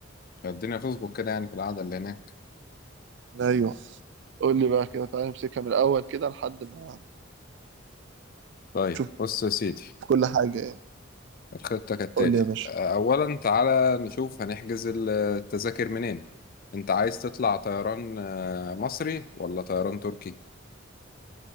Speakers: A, on the left (about 45°); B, on the right (about 60°).
A: الدنيا تظبط كده يعني في القعدة اللي هناك
B: ايوه قول لي بقى كده تعالى نمسكها من الاول كده لحد ما
A: طيب
B: نشوف
A: بص يا سيدي
B: كل حاجه يعني
A: الخطة كالتالي
B: قول لي يا باشا
A: آه، أولا تعالى نشوف هنحجز ال- التذاكر منين أنت عايز تطلع طيران آه، مصري ولا طيران تركي؟